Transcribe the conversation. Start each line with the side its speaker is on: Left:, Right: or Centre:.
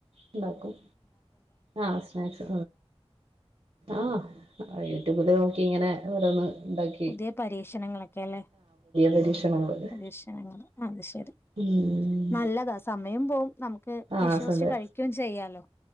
Right: ഉണ്ടാക്കും ആഹ് സ്നാക്സ് ആഹ് ആഹ് യൂട്യൂബിൽ നോക്കി ഇങ്ങനെ ഓരോന്ന് ഉണ്ടാക്കി
Left: പുതിയ പരീക്ഷണങ്ങളൊക്കെ അല്ലേ
Right: പരീക്ഷണങ്ങള്
Left: പരീക്ഷണങ്ങൾ അത് ശെരി
Right: ഉം
Left: നല്ലതാ സമയം പോവും നമുക്ക്
Right: ആഹ്
Left: വിശ്വസിച്ച്
Right: അസ് അതെ
Left: കഴിക്കയും ചെയ്യാലോ